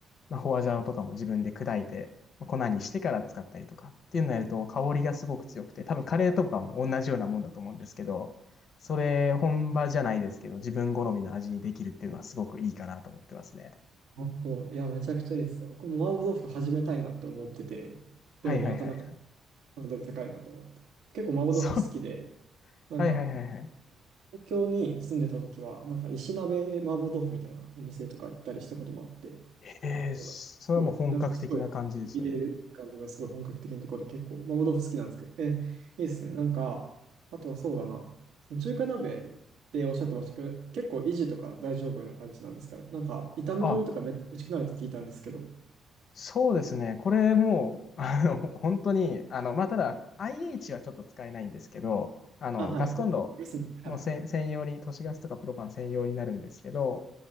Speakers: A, on the left; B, on the right.
A: まあ、ホワジャオとかも自分で砕いて、まあ粉にしてから使ったりとかっていうのをやると香りがすごく強くて、多分カレーとかも同じようなもんだと思うんですけど、それ本場じゃないですけど、自分好みの味にできるっていうのはすごくいいかなと思ってますね。
B: 麻婆いや、めちゃくちゃいいですよ。僕も麻婆豆腐始めたいなって思ってて、
A: はいはいはいはい。
B: でもなかなかハードル高いなと思って。結構麻婆豆腐好きで、
A: そう。
B: なんか、
A: はいはいはいはい。
B: 東京に住んでた時は、なんか石鍋麻婆豆腐みたいなお店とか行ったりしたこともあって、
A: えー、
B: そうなんですすごい、
A: それはもう本格的な感じですよね。
B: なんかすごい、入れる感じのすごい本格的なところで結構麻婆豆腐好きなんですけど、え、いいですね。なんか、あとはそうだな、その中華鍋っておっしゃってましたけど、結構維持とか大丈夫な感じなんですかね。なんか、炒め物とかめっちゃ美味しくなるって聞いたんですけど、
A: あ、そうですね。これもう、<laughs> あの、本当に、あの、まあ、ただ、IH はちょっと使えないんですけど、あの、
B: あ、はい。
A: ガスコンロ
B: 僕はグスの、はい。
A: のせん専用に、都市ガスとかプロパン専用になるんですけど、